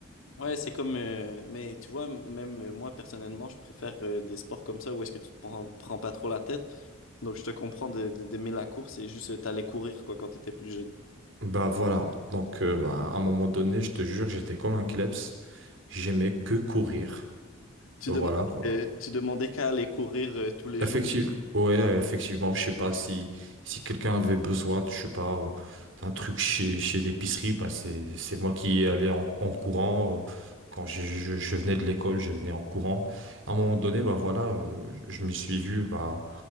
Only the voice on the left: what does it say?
Ouais, c'est comme... euh, mais tu vois, m- même euh, moi, personnellement, je préfère euh, des sports comme ça où est-ce que tu te prends, prends pas trop la tête. Donc, je te comprends de- de- d'aimer la course et juste euh, t'allais courir, quoi, quand t'étais plus jeune.
Tu
demandais,
tu demandais qu'à aller courir euh, tous les
jours.